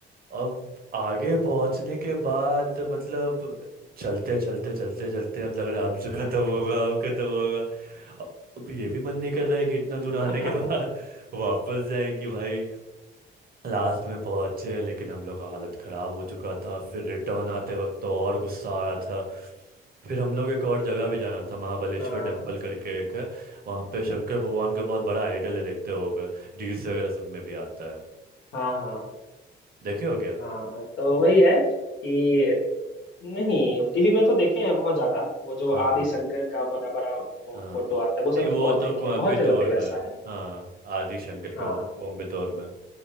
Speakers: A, on the right; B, on the left.
A: अब आगे पहुंचने के बाद मतलब चलते चलते चलते चलते अब लग रहा है अब जो खत्म होगा अब खत्म होगा अब अब ये भी मन नहीं कर रहा है कि इतना दूर आने
B: <laughs>
A: के बाद वापस जाएं कि भाई लास्ट में पहुंचे लेकिन हम लोग का हालत खराब हो चुका था फिर रिटर्न आते वक्त तो और गुस्सा आ रहा था फिर हम लोग एक और जगह भी जाना था महाबलेश्वर
B: हाँ
A: टेम्पल करके एक है वहाँ पे शंकर भगवान का बहुत बड़ा आइडल है देखते होगे रील्स वगैरह सब में भी आता है
B: हाँ
A: देखे हो क्या
B: हाँ हाँ तो वही है कि नहीं टीवी में तो देखे हैं बहुत ज्यादा वो जो
A: हाँ
B: आदि
A: हाँ
B: शंकर का बड़ा बड़ा बहुत
A: हाँ
B: फोटो आता है वो सब
A: नहीं वो
B: तो बहुत
A: तो
B: देखे
A: कोयम्बटूर
B: हैं बहुत जगह पे वैसा
A: में है।
B: है
A: हाँ आदि शंकर का
B: हाँ
A: वो कोयम्बटूर में